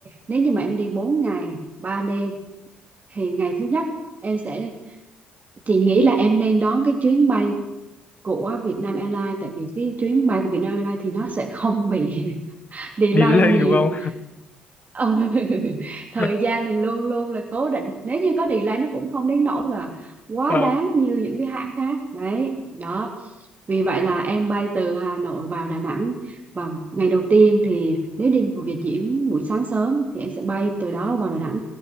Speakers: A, on the right; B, on the left.
A: nếu như mà em đi 4 ngày 3 đêm thì ngày thứ nhất em sẽ chị nghĩ là em nên đón cái chuyến bay của Vietnam Airlines tại vì cái chuyến bay của Vietnam Airlines thì nó sẽ không bị <laughs> delay
B: delay
A: nhiều
B: đúng không
A: ừ. <laughs> thời
B: <laughs>
A: gian thì luôn luôn là cố định nếu như có delay nó cũng không đến nỗi là quá
B: Ờ,
A: đáng như những cái hãng khác đấy đó vì vậy là em bay từ Hà Nội vào Đà Nẵng và ngày đầu tiên thì nếu đi một Việt diễn buổi sáng sớm thì em sẽ bay từ đó vào Đà Nẵng.